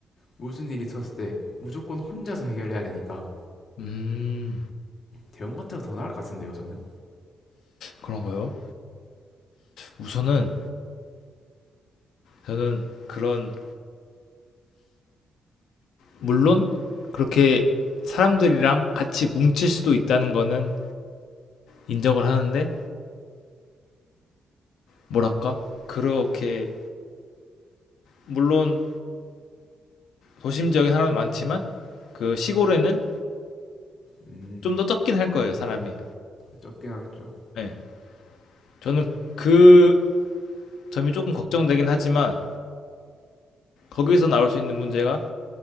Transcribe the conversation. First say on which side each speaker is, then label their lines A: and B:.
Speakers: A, on the left; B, on the left.
A: 무슨 일이 있었을 때 무조건 혼자서 해결해야 되니까
B: 음,
A: 대형마트가 더 나을 것 같은데요, 저는.
B: 그런가요? 우선은 저는 그런 물론 그렇게 사람들이랑 같이 뭉칠 수도 있다는 거는 인정을 하는데 뭐랄까? 그렇게 물론 도심 지역에 사람이 많지만 그 시골에는
A: 음,
B: 좀 더 적긴 할 거예요, 사람이.
A: 적긴 하겠죠.
B: 예. 저는 그 점이 조금 걱정되긴 하지만 거기서 나올 수 있는 문제가